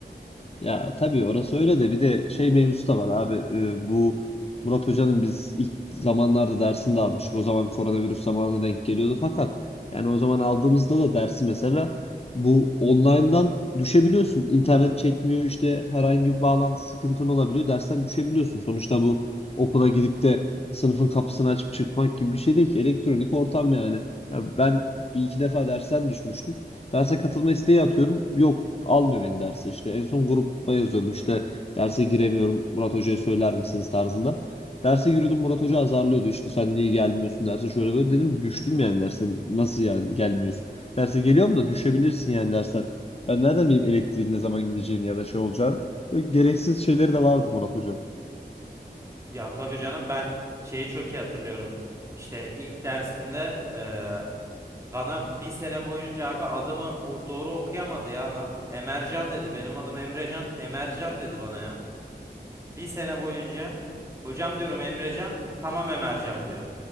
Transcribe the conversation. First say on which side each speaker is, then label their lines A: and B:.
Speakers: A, on the left; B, on the right.
A: Ya tabii orası öyle de bir de şey mevzusu da var abi. Ee, bu Murat Hoca'nın biz ilk zamanlarda dersini de almıştık. O zaman koronavirüs zamanına denk geliyordu fakat yani o zaman aldığımızda da dersi mesela bu online'dan düşebiliyorsun. İnternet çekmiyor işte herhangi bir bağlantı sıkıntın olabiliyor. Dersten düşebiliyorsun. Sonuçta bu okula gidip de sınıfın kapısını açıp çıkmak gibi bir şey değil ki. Elektronik ortam yani. Ya ben bir iki defa dersten düşmüştüm. Derse katılma isteği atıyorum. Yok almıyor beni derse işte en son grupta yazıyordum işte derse giremiyorum Murat Hoca'ya söyler misiniz tarzında. Derse giriyordum Murat Hoca azarlıyordu işte sen niye gelmiyorsun derse şöyle böyle dedim düştüm yani dersen nasıl yani gelmiyorsun. Derse geliyorum da düşebilirsin yani dersen. Ben nereden bileyim elektriğin ne zaman gideceğini ya da şey olacağını. Böyle gereksiz şeyleri de vardı Murat Hocam.
B: Ya tabii canım ben şeyi çok iyi hatırlıyorum. İşte ilk dersinde eee, bana bir sene boyunca abi adımı o doğru okuyamadı ya adam. Emercan dedi. Benim adım Emrecan. Emercan dedi bana ya. Bir sene boyunca hocam diyorum Emrecan. Tamam Emercan diyor.